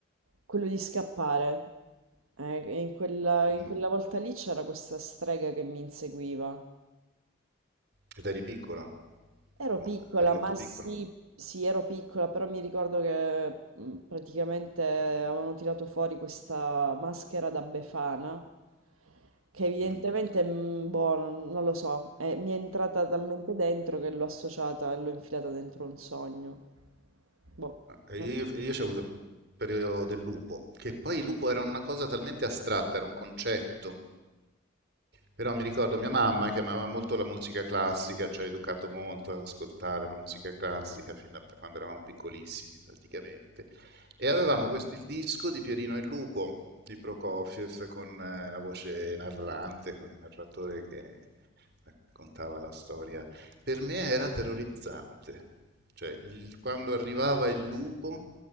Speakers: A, on the right (about 90°); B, on the right (about 50°).
A: Quello di scappare. Eh, e in quella, in
B: Mm.
A: quella volta lì c'era questa strega che mi inseguiva.
B: Ed eri piccolo,
A: Ero
B: molto-
A: piccola,
B: eri molto
A: ma
B: piccolo.
A: sì, sì, ero piccola, però mi ricordo che mh, praticamente avevano tirato fuori questa maschera da Befana, che evidentemente,
B: Mm.
A: mh, boh, non non lo so, eh, mi è entrata talmente dentro che l'ho associata e l'ho infilata dentro un sogno. Boh,
B: Eh,
A: no,
B: Io, io ci ho avuto il periodo del lupo, che poi il lupo era una cosa talmente astratta, era un concetto. Però mi ricordo mia mamma che amava molto la musica classica, ci ha educato molto ad ascoltare la musica classica fin da da quando eravamo piccolissimi praticamente. E avevamo questo- il disco di Pierino e il Lupo di Prokofiev con eh, la voce narrante, con il narratore che raccontava la storia. Per me era terrorizzante. Cioè, il- quando arrivava il lupo